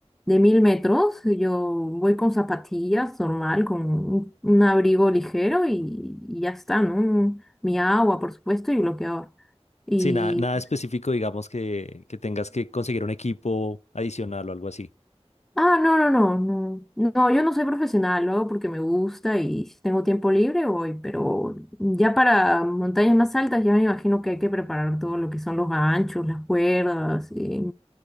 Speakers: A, in the centre; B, on the left.
A: de mil metros, yo voy con zapatillas normal, con un, un abrigo ligero y, y ya está, ¿no? Un- mi agua, por supuesto, y bloqueador. Y,
B: Sí, nada, nada específico, digamos, que, que tengas que conseguir un equipo adicional o algo así.
A: Ah, no, no, no, no. No, yo no soy profesional, lo hago porque me gusta y si tengo tiempo libre voy, pero ya para montañas más altas ya me imagino que hay que preparar todo lo que son los ganchos, las cuerdas, eh,